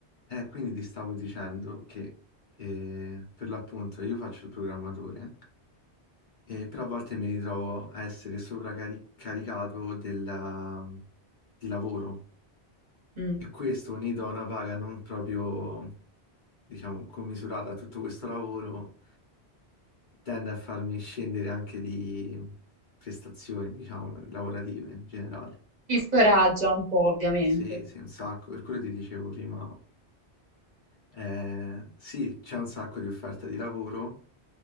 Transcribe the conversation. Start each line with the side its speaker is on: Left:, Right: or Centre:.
Left: Eh, quindi ti stavo dicendo che eh, per l'appunto io faccio il programmatore, eh, però a volte mi ritrovo a essere sovraccaricato della- di lavoro
Right: Mh.
Left: e questo unito a una paga non proprio, diciamo, commisurata a tutto questo lavoro, tende a farmi scendere anche di prestazioni, diciamo, lavorative in generale.
Right: Ti scoraggia un po' ovviamente.
Left: Sì, sì, un sacco, per quello ti dicevo prima. Eh, sì, c'è un sacco di offerta di lavoro,